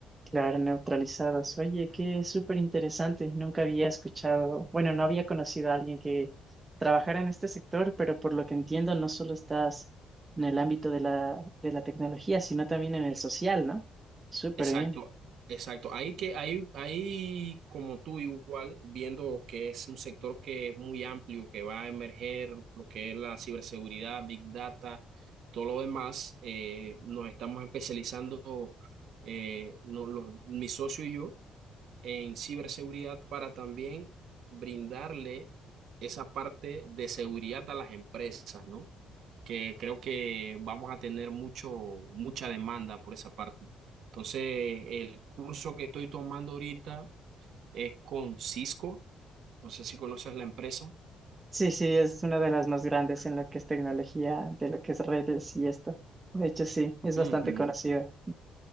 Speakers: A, on the right; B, on the right.
A: Claro, neutralizados. Oye, qué súper interesante. Nunca había escuchado, bueno, no había conocido a alguien que trabajara en este sector, pero por lo que entiendo, no solo estás en el ámbito de la, de la tecnología, sino también en el social, ¿no? Súper
B: Exacto,
A: bien.
B: exacto. Ahí que ahí, ahí como tú igual, viendo que es un sector que es muy amplio, que va a emerger, lo que es la ciberseguridad, Big Data, todo lo demás, eh, nos estamos especializando, eh, no- los- mi socio y yo en ciberseguridad para también brindarle esa parte de seguridad a las empresas, ¿no? Que creo que vamos a tener mucho, mucha demanda por esa parte. Entonces, el curso que estoy tomando ahorita es con Cisco, no sé si conoces la empresa.
A: Sí, sí, es una de las más grandes en lo que es tecnología, de lo que es redes y esto. De hecho, sí, es bastante
B: Ujú.
A: conocida.